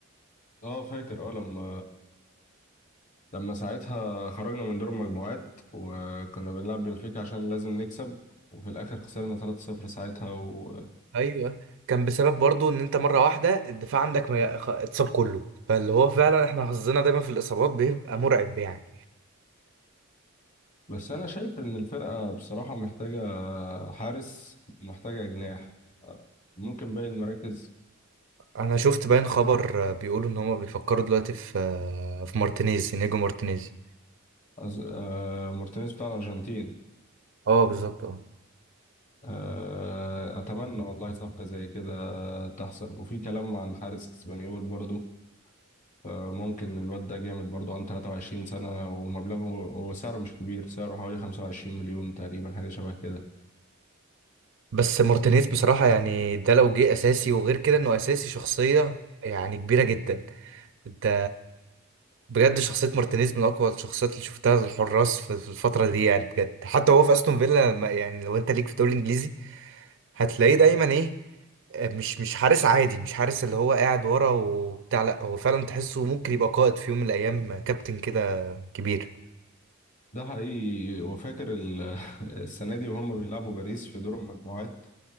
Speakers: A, on the left; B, on the right.
A: اه فاكر اه لما لما ساعتها خرجنا من دور المجموعات وكنا بنلعب بنفيكا عشان لازم نكسب وفي الاخر خسرنا 3-0 ساعتها و...
B: ايوه كان بسبب برضو ان انت مره واحده الدفاع عندك ما خ- اتصاب كله فاللي هو فعلا احنا حظنا دايما في الاصابات بيبقى مرعب يعني
A: بس انا شايف ان الفرقة بصراحة محتاجة حارس ومحتاجة جناح آه، ممكن باقي المراكز
B: انا شفت باين خبر آه، بيقولوا ان هما بيفكروا دلوقتي في آه، في مارتينيز نيجو مارتينيز
A: أز... آه، مارتينيز بتاع الارجنتين
B: اه بالظبط اه
A: آه، أتمنى والله صفقة زي كده تحصل وفي كلام عن حارس اسبانيول برضو آه، ممكن الواد ده جامد برضو عنده 23 سنة ومبلغه وسعره مش كبير سعره حوالي 25 مليون تقريبا حاجة شبه كده
B: بس مارتينيز بصراحة يعني ده لو جه أساسي وغير كده إنه أساسي شخصية يعني كبيرة جدا أنت بجد شخصية مارتينيز من أقوى الشخصيات اللي شفتها الحراس في في الفترة دي يعني بجد حتى هو في أستون فيلا ما- يعني لو أنت ليك في الدوري الإنجليزي هتلاقيه دايما إيه آه، مش مش حارس عادي مش حارس اللي هو قاعد ورا وبتاع لأ هو فعلا تحسه ممكن يبقى قائد في يوم من الأيام كابتن كده كبير
A: ده حقيقي وفاكر ال- <laughs> السنة دي وهم بيلعبوا باريس في دور المجموعات